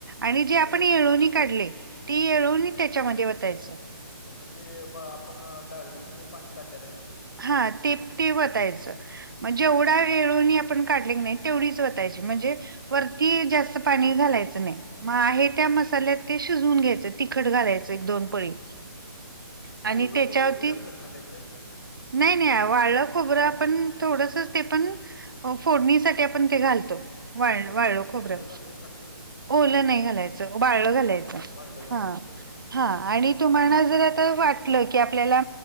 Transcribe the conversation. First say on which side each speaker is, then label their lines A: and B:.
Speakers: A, on the right; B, on the left.
A: आणि जे
B: बरं
A: आपण
B: बरं
A: येळोवणी
B: बरं
A: काढलंय, ते येळवणी त्याच्यामध्ये वतायचं.
B: म्हणजे ते पा आपण डाळीचं, जे पाणी काढलेलं आहे ते.
A: हा, ते ते वतायचं. मग जेवढा
B: बर
A: ते येळवणी आपण काढले का नाही, तेवढीच वतायची म्हणजे वरती जास्त पाणी घालायचं नाही. मग आहे त्या मसाल्यात ते शिजवून घ्यायचं, तिखट घालायचं एक दोन पळी
B: ते
A: आणि
B: ओलं
A: त्याच्यावरती
B: खोबरं, बी घालतात ना काहीतर?
A: नाही, नाही. वाळलं खोबरं आपण थोडसंच ते पण फोडणीसाठी आपण ते घालतो, वाळं
B: आणि ओलं
A: वाळं खोबरं.
B: ओलं घातलं चालतं का
A: ओलं नाही घालायचं, वाळं
B: नाही
A: घालायचं.
B: घाल वाळलं घालायचं
A: हा
B: बरं बरं बर
A: हा. आणि तुम्हाना जर आता वाटलं की, आपल्याला